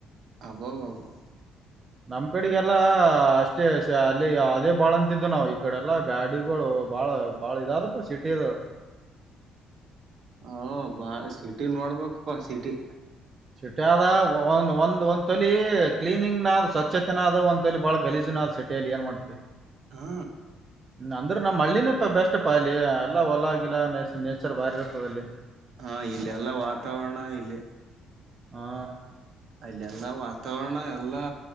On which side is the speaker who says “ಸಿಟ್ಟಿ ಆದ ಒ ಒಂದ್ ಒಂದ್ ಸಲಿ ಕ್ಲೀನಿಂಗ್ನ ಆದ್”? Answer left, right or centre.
Right